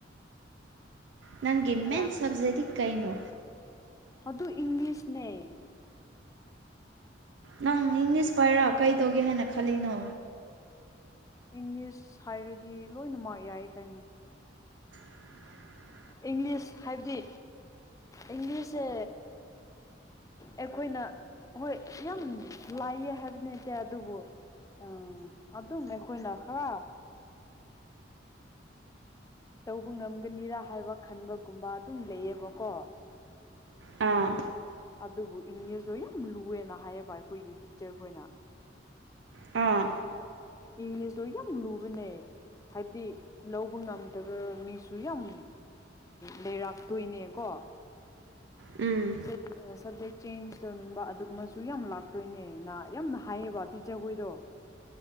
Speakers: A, on the right; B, on the left.
A: ꯅꯪꯒꯤ ꯃꯦꯟꯦ
B: ꯌꯥꯝꯃꯦ
A: ꯁꯞꯖꯦꯗꯤ ꯀꯥꯏꯩꯅꯣ
B: ꯑꯗꯨ ꯑꯗꯨ ꯏꯪꯂꯤꯁ ꯅꯤ
A: ꯅꯪ ꯏꯪꯂꯤꯁ ꯄꯥꯏꯔ ꯀꯩꯗꯧꯒꯦ ꯍꯥꯏꯅ ꯈꯜꯂꯤꯅꯣ
B: ꯏꯪꯂꯤꯁ ꯍꯥꯏꯔꯗꯤ ꯂꯣꯏꯅ ꯃꯥꯔ ꯌꯥꯏ ꯀꯩꯅꯣ
A: <inaudible>
B: ꯏꯪꯂꯤꯁ ꯍꯥꯏꯕꯗꯤ ꯏꯪꯂꯤꯁꯁꯦ ꯑꯩꯈꯣꯏꯅ ꯍꯣꯏ ꯌꯥꯝ ꯂꯥꯏꯌꯦ ꯍꯥꯏꯕꯗꯤ ꯅꯠꯇꯦ ꯑꯗꯨꯕꯨ ꯎꯝ ꯑꯗꯨꯝ ꯑꯩꯈꯣꯏꯅ ꯈꯔ ꯇꯧꯕ ꯉꯝꯒꯅꯤꯔꯥ ꯍꯥꯏꯕ ꯈꯟꯕꯒꯨꯝꯕ ꯑꯗꯨꯝ ꯂꯩꯌꯦꯕꯀꯣ
A: ꯑꯥ
B: ꯑꯗꯨꯕꯨ ꯏꯪꯂꯤꯁ ꯂꯣ ꯌꯥꯝ ꯂꯨꯑꯦꯅ ꯍꯥꯏꯌꯦꯕ ꯑꯩꯈꯣꯏꯒꯤ ꯇꯤꯆꯔꯈꯣꯏꯅ
A: ꯑꯥ
B: ꯏꯪꯂꯤꯁꯇꯣ ꯌꯥꯝ ꯂꯨꯕꯅꯦ ꯍꯥꯏꯕꯗꯤ ꯂꯧꯕ ꯉꯝ ꯑꯗꯨꯒ ꯃꯤꯁꯨ ꯌꯥꯝ ꯂꯩꯔꯥꯛꯇꯣꯏꯅꯦꯀꯣ
A: ꯎꯝ
B: ꯁ ꯁ ꯆꯦꯟꯖ ꯇꯧꯅꯤꯡꯕ ꯑꯗꯨꯃꯁꯨ ꯌꯥꯝ ꯂꯥꯛꯇꯣꯏꯅꯦ ꯌꯥꯝꯅ ꯍꯥꯏꯌꯦꯕ ꯇꯤꯆꯔꯈꯣꯏꯗꯣ